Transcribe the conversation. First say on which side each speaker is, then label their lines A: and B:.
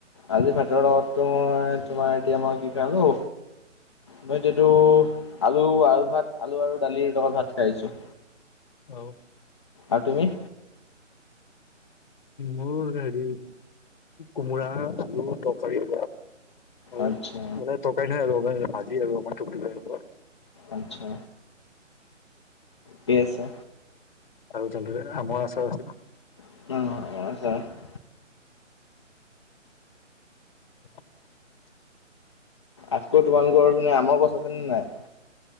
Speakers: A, on the left (about 20°); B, on the left (about 40°).
A: আজি ভাতৰ লগতটো তোমাৰ এতিয়া মই কি খালো মই যিহেটো আলু, আলু ভাত আলু আৰু দালিৰ লগত ভাত খাই আহিছো।
B: অ'।
A: আৰু তুমি?
B: মোৰ হেৰি কোমোৰা আলু তৰকাৰী। আৰু
A: আচ্ছা
B: মানে তৰকাৰি নহয় মানে ভাজি আৰু আমথু।
A: আচ্ছা। ঠিক আছে।
B: আৰু জাননে আমৰ আচাৰ আছিল।
A: অ'।
B: <unintelligible>
A: আকৌ তোমালোকৰ চোন আমৰ গছ আছে নে নাই।